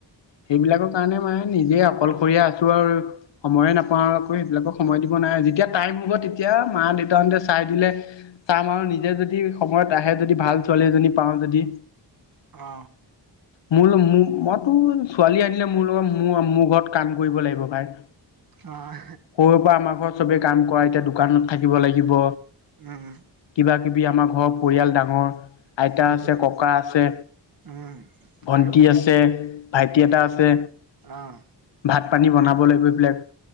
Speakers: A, on the left (about 75°); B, on the right (about 50°).
A: সেইবিলাকৰ কাৰণে মানে নিজে অকলশৰীয়া আছো আৰু সময়ে নাপাওঁ আকৌ সেইবিলাকক সময় দিব নাই যেতিয়া টাইম হ'ব তেতিয়া মা দেউতাহঁতে চাই দিলে চাম আৰু নিজে যদি সময়ত আহে যদি ভাল ছোৱালী এজনী পাওঁ যদি
B: অ
A: মোৰ <unintelligible> মই তো ছোৱালী আনিলে মোৰ লগত মোৰ মোৰ ঘৰত কাম কৰিব লাগিব ভাই
B: অ',
A: সৰুৰ পৰা আমাৰ ঘৰত চবেই কাম কৰা এতিয়া দোকানত থাকিব লাগিব
B: উম
A: কিবা কিবি আমাৰ ঘৰৰ পৰিয়াল ডাঙৰ আইতা
B: সেইটোৱে
A: আছে ককা আছে
B: উম,
A: ভণ্টি
B: আৰু
A: আছে ভাইটি এটা আছে
B: অহ।
A: ভাত পানী বনাব লাগিব এইবিলাক